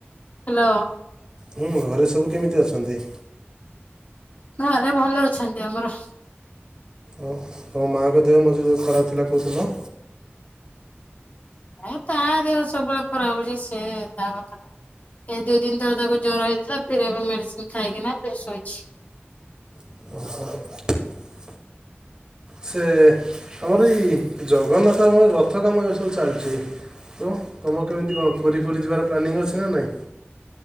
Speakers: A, on the left; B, on the right.
A: ହାଲୋ।
B: ହୁଁ ଘରେ ସବୁ କେମିତି ଅଛନ୍ତି।
A: ଘରେ ଭଲ ଅଛନ୍ତି ଆମର।
B: ଓହ୍। ତୋ ମାଆଙ୍କ ଦେହ ମଝିରେ ଯୋଉ ଖରାପ୍ ଥିଲା କହୁଥିଲ।
A: ହଁ ତା ଦେହ ସବୁବେଳେ ଖରାପା ହଉଛି ସେ ତା କଥା କୁ ଏ ଦିଇ ଦିନ ତଳେ ତାକୁ ଜର ହେଇଥିଲା ଫେର୍ ଏବେ ମେଡିସିନ ଖାଇକିନା ଫେର୍ ଶୋଇଛି।
B: <inaudible> ସେ ଆମର ଏଇ ଜଗନ୍ନାଥ ଙ୍କର ରଥ କାମ ଏବେ ସବୁ ଚାଲ୍ଚି। ତ ତୁମର କେମ୍ତି କଣ ପୁରୀ ଫୁରୀ ଯିବାର ପ୍ଲାନିଂ ଅଛି ନା ନାଇଁ।